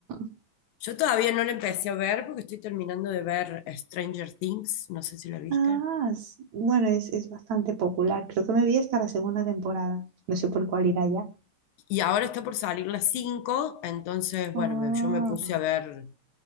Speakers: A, on the right (about 55°); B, on the left (about 80°).
A: <laughs>
B: Yo todavía no la empecé a ver porque estoy terminando de ver Stranger Things, no sé si la viste.
A: Ah, s- bueno, es, es bastante popular. Creo que me vi hasta la segunda temporada. No sé por cuál irá ya.
B: Y ahora está por salir las 5 entonces,
A: Ah,
B: bueno, me- yo me puse a ver,